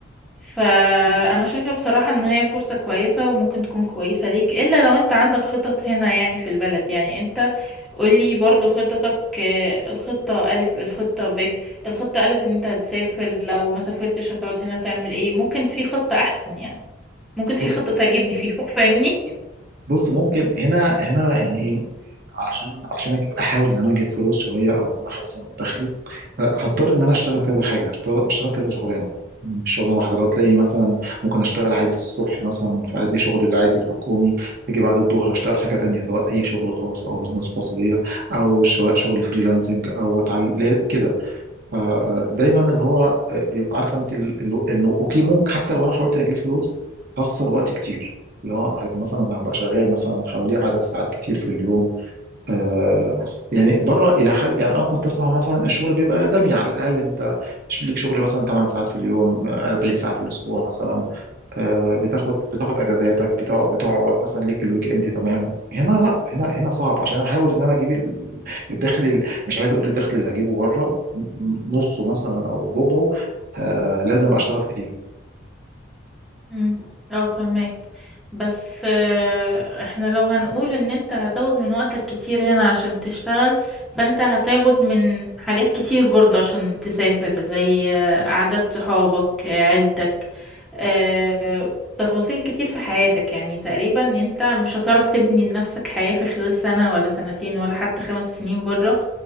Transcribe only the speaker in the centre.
فانا شايفة بصراحة ان هي فرصة كويسة وممكن تكون كويسة ليك الا لو انت عندك خطط هنا يعني في البلد يعني انت قولي برضو خططك آه، الخطة ألف الخطة ب الخطة ألف ان انت هتسافر لو ما سافرتش هتقعد هنا تعمل ايه ممكن في خطة احسن يعني ممكن في
خطة تعجبني فيهم <laughs> فاهمني
امم اه فهمك بس آه، احنا لو هنقول ان انت هتاخد من وقتك كتير هنا عشان تشتغل فانت هتاخد من حاجات كتير برضه عشان تسافر زي آه، قعدات صحابك آه، عيلتك آه، تفاصيل كتير في حياتك يعني تقريبا انت مش هتعرف تبني لنفسك حياة في خلال سنة ولا سنتين ولا حتى خمس سنين بره